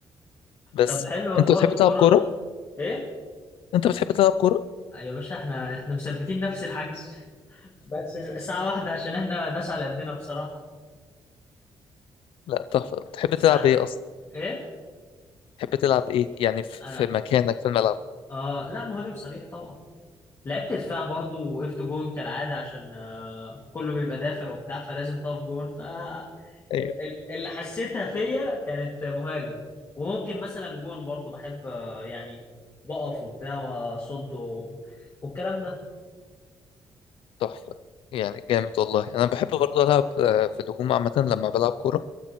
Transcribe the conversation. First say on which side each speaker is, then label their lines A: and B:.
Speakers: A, on the left (about 75°); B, on the left (about 30°).
A: بس
B: طب حلو حوار
A: أنت بتحب
B: الكوره
A: تلعب كورة؟
B: ده ايه
A: أنت بتحب تلعب كورة؟
B: يا باشا احنا احنا مثبتين نفس الحجز <laughs> بس ساعه واحده عشان احنا ناس على قدنا بصراحه
A: لا تحفة بتحب
B: الساعه
A: تلعب إيه أصلا؟
B: ايه
A: بتحب تلعب إيه يعني في
B: انا
A: في مكانك في الملعب؟
B: اه لا مهاجم صريح طبعا لعبت دفاع برضو وقفت جون كالعاده عشان آه، كله بيبقى دافع وبتاع فلازم تقف جون
A: ايوه
B: ال- ال- اللي حسيتها فيا كانت مهاجم وممكن مثلا جون برضو بحب آه، يعني بقف وبتاع واصد و- والكلام ده
A: تحفة يعني جامد والله انا بحب برضه العب آه، في الهجوم عامة لما بلعب كورة